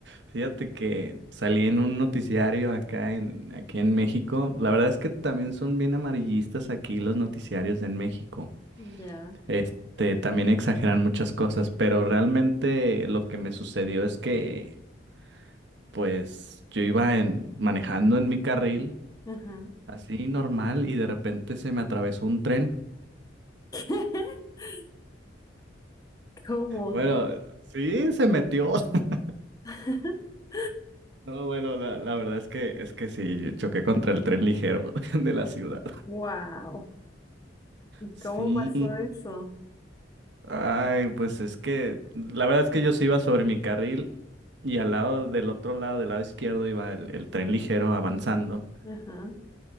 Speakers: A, on the right; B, on the left.
A: Fíjate que salí en un noticiario acá en, aquí en México. La verdad es que también son bien amarillistas aquí los noticiarios en México.
B: Ya.
A: Este, también exageran muchas cosas, pero realmente lo que me sucedió es que, pues, yo iba en, manejando en mi carril,
B: Ajá.
A: así normal, y de repente se me atravesó un tren.
B: <laughs> ¿Cómo?
A: Bueno, sí, se metió. <laughs>
B: <laughs>
A: No, bueno, la, la verdad es que es que sí, yo choqué contra el tren ligero <laughs> de la ciudad.
B: Wow.
A: Sí,
B: ¿Cómo pasó eso?
A: ay, pues es que la verdad es que yo sí iba sobre mi carril y al lado del otro lado, del lado izquierdo, iba el, el tren ligero avanzando
B: Ajá.